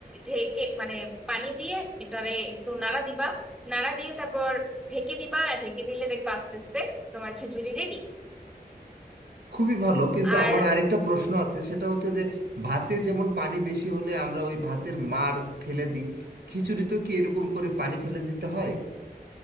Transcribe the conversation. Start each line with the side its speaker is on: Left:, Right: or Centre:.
Centre: ঢেকে মানে পানি দিয়ে এটারে একটু নাড়া দিবা নাড়া দিয়ে তারপর ঢেকে দিবা আর ঢেকে দিলে দেখবা আস্তে আস্তে তোমার খিচুড়ি রেডি
Right: খুবই ভালো কিন্তু
Centre: আর
Right: আমার আরেকটা প্রশ্ন আছে সেটা হচ্ছে যে ভাতে যেমন পানি বেশি হলে আমরা ওই ভাতের মাড় ফেলে দিই খিচুড়িতেও কি এরকম করে পানি ফেলে দিতে হয়